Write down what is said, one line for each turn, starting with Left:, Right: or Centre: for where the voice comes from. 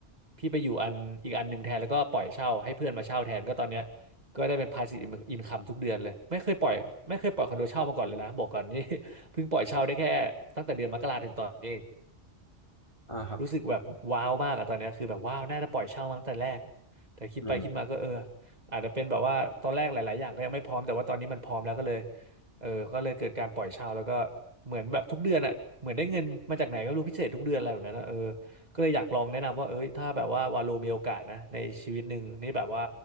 Right: พี่ไปอยู่อันอีกอันหนึ่งแทนแล้วก็ปล่อยเช่าให้เพื่อนมาเช่าแทนก็ตอนเนี้ย ก็ได้เป็น passive in- income ทุกเดือนเลย ไม่เคยปล่อย ไม่เคยปล่อยคอนโดเช่ามาก่อนเลยนะ บอกก่อนนี่ <laughs> เพิ่งปล่อยเช่าได้แค่ตั้งแต่เดือนมกราถึงตอนนี้เอง
Left: อ่าครับ
Right: รู้สึกแบบว้าวมากอะตอนเนี้ยคือแบบว้าวน่าจะปล่อยเช่ามาตั้งแต่แรกแต่คิดไปคิดมาก็เออ
Left: อืม
Right: อาจจะเป็นแบบว่าตอนแรกหลายๆอย่างก็ยังไม่พร้อมแต่ว่าตอนนี้มันพร้อมแล้วก็เลยเออก็เลยเกิดการปล่อยเช่าแล้วก็เหมือนแบบทุกเดือนอะเหมือนได้เงินมาจากไหนก็ไม่รู้พิเศษทุกเดือนอะไรแบบนั้นอะเออก็เลยอยากลองแนะนำว่าเอ้ยถ้าแบบว่าวาโลมีโอกาสนะในชีวิตหนึ่งนี่แบบว่า